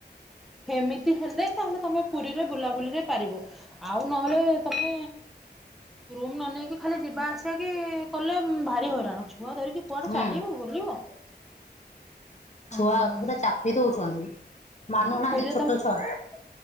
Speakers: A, in the centre; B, on the left (about 40°).
A: ଏମିତି ହେଲେ ତାହେଲେ ତମେ ପୁରୀରେ ବୁଲାବୁଲିରେ ପାରିବ ଆଉ ନହେଲେ ତମେ ରୁମ ନ ନେଇକି ଖାଲି ଯିବା ଆ ସୋ କି କଲେ ଭାରି ହଇରାଣୁଛୁ କୁଅ ଧରିକି କୁଆଟେ
B: ହୁଁ
A: ଚାଲିବୁ ବୁଲିବ ହଁ
B: ଛୁଆ ପୁରା ଚାପି ଦଉଛନ୍ତି। ମାନୁନାହାନ୍ତି
A: ହଁ ପୁରୀରେ
B: ଛୋଟ
A: ତମେ
B: ଛୁଆ।